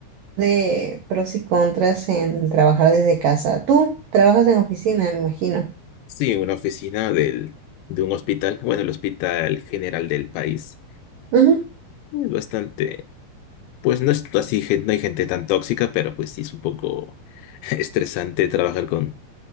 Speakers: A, on the right; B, on the left.
A: de pros y contras en trabajar desde casa. Tú trabajas en oficina, me imagino.
B: Sí, una oficina del, de un hospital, bueno, el hospital general del país.
A: Ujú,
B: Es bastante, pues no es así, gen- no hay gente tan tóxica, pero pues sí es un poco <laughs> estresante trabajar con,